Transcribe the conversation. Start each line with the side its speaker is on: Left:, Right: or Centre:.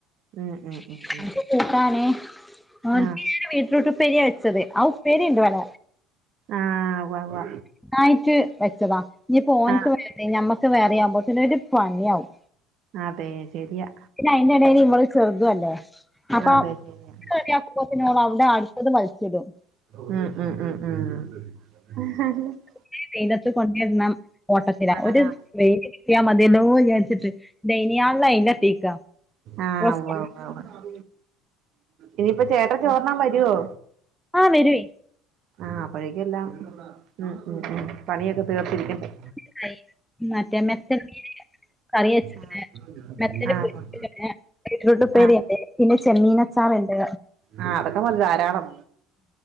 Right: ഉം ഉം
Centre: <unintelligible>
Right: ഉം ഉം
Centre: <unintelligible>
Right: ആഹ്
Centre: റ്റ്റൂട്ട് ഉപേരിയ വെച്ചത്. ആ ഉപേരിണ്ട് ഇവട.
Right: ആഹ് ഉവ്വാ വ്വ.
Centre: ന്നായിട്ട് വെച്ചതാ. ഇനിപോ ഓന്ക്ക്
Right: ആഹ്
Centre: വേറെ, ഞമ്മക്ക് വേറെ ആവുമ്പോ ഒരു പണിയാവും.
Right: അതെ ശരിയാ.
Centre: പിന്നെ അയിന്റെ എടെല് ഇവള് ചെറുതു ല്ലേ. അപ്പൊ
Right: അതെ ശരിയാ
Centre: <unintelligible> <unintelligible> അവിടെ അടുത്തത് വലിച്ചിടും.
Right: ഉം ഉം ഉം ഉം.
Centre: <unintelligible> ഓട്ടത്തില
Right: ആഹ്
Centre: ഒരു <unintelligible> <unintelligible>
Right: ആഹ്
Centre: ഡ്രസ്സ്
Right: ഉവ്വാ വ്വ. ആ ഇനിയിപ്പ ചേട്ടൻ ചോറ്ന്നാ വരുവോ?
Centre: ആഹ് വരുവേ.
Right: ആഹ് അപ്പോഴേക്ക എല്ലാം ഉം ഉം ഉം പണിയൊക്കെ തീർത്തിരിക്കണ്ടെ.
Centre: <unintelligible> കറി വച്ച <unintelligible>
Right: ആഹ് ആഹ്
Centre: പിന്നെ ബീറ്റ്റൂട്ട് ഉപ്പേരി
Right: ആഹ്
Centre: ഉണ്ട്. പിന്നെ ചെമ്മീനച്ചാർണ്ട്.
Right: ആഹ് അതൊക്കെ മതി ധാരാളം.